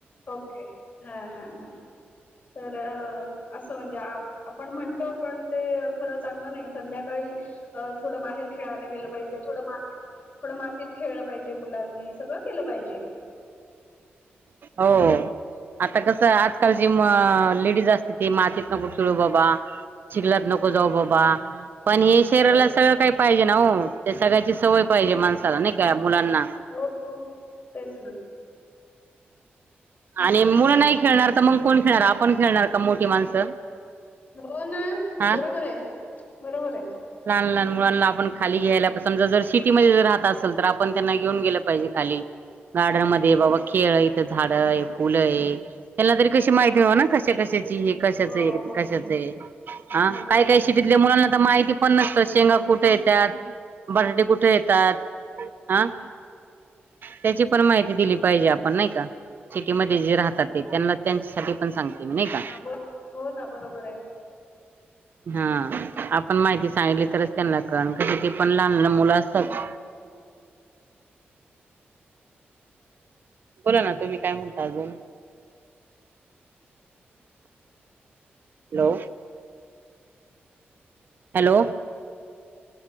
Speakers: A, on the left (about 40°); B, on the right (about 55°).
A: ओके हा हा ह तर असं म्हणजे आपण म्हणतो पण ते खरं चांगलं नाही संध्याकाळी थोडं बाहेर खेळायला गेलं पाहिजे थोड मातीत थोड मातीत खेळलं पाहिजे मुलानी सगळं केलं पाहिजे.
B: हो आता कस आजकालची म.. जास्त ते मातीत नको चळू बाबा शििकलात नको जाऊ बाबा. पण हे शरीराला
A: हो
B: सगळं काही पाहिजे ना हो. ते सगळ्याची सवय पाहिजे माणसाला नाही का मुलांना.
A: हो हो तेच ना
B: आणि मुलं नाही खेळणार तर मग कोण खेळणार आपण खेळणार का मोठी माणसं.
A: हो ना
B: हा
A: बरोबर आहे बरोबर आहे.
B: लहान लहान मुलांना आपण खाली घ्यायला समजा जर सिटीमध्ये जर राहता असेल तर आपण त्यांना घेऊन गेलं पाहिजे खाली. गार्डन मध्ये
A: हो
B: बाबा खेळ इथ झाड आहे फुलं आहे. त्याना तरी
A: हो
B: कशी माहिती
A: हो
B: मिळ ना कश कशाची कशाच
A: हो हो
B: कशाचं आहे ह
A: बरोबर
B: काय काय
A: आहे.
B: सिटीतल्या मुलाना माहिती प पण नसत शेंगा कुठे येतात बटाटे कुठे येतात हं त्याची पण माहिती दिली पाहिजे आपण नाही का. सिटीमध्ये जे राहतात ते त्यांना त्यांच्यासाठी पण सांगतात. का
A: हा बोल हो ना बरोबर आहे.
B: हा आपण माहिती सांगली तरच त्यांना कण क ते पण लहान मुलं असतात म. बोला ना तुम्ही काय म्हणता अजून. हॅलो. हॅलो